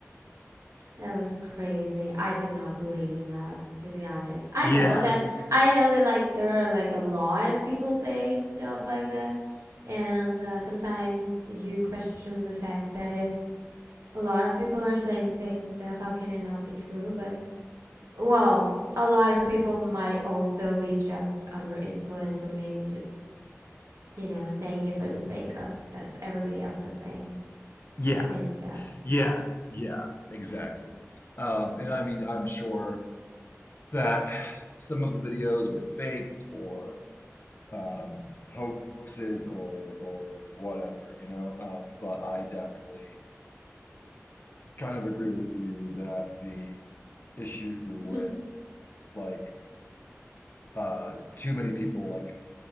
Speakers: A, on the right (about 80°); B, on the left (about 45°).
A: that was crazy. I did not believe in that, to be honest. I
B: Yeah,
A: know that, I know that like there are like a lot of people saying stuff like that. And uh, sometimes you question the fact that if a lot of people are saying the same stuff, how can it not be true? But Well, a lot of people might also be just under influence or maybe just, you know, saying it for the sake of because everybody else is saying
B: yeah,
A: the same stuff.
B: yeah, yeah, exactly. Um, and I mean, I'm sure. that some of the videos were faked or um, hoaxes or or whatever, you know. Um, but I definitely kind of agree with you that the issue with
A: <laughs>
B: like uh, too many people, like